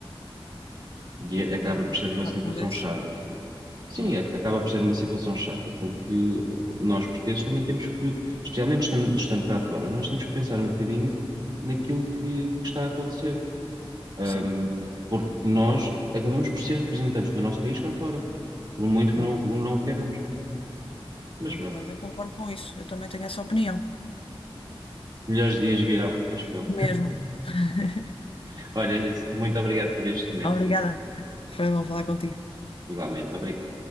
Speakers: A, on the right; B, on the left.
A: E acaba
B: é complicado
A: por ser uma situação
B: quando é assim
A: chata. Sim,
B: mesmo.
A: a- acaba por ser uma situação chata, porque eh, nós portugueses também temos que, especialmente estam- estando cá fora, nós temos que pensar um bocadinho naquilo que, que está a acontecer. Ahm,
B: Sim,
A: porque nós acabamos por ser representantes do nosso país cá fora, por muito que
B: é
A: não,
B: verdade.
A: o- não o queiramos. Mas
B: É
A: pronto,
B: verdade, eu concordo com isso. Eu também tenho essa opinião.
A: melhores dias virão, acho eu.
B: Mesmo. <laughs>
A: <laughs> Olha, nisso, muito obrigado por este momento.
B: Obrigada. Foi bom falar contigo.
A: Igualmente, obrigado.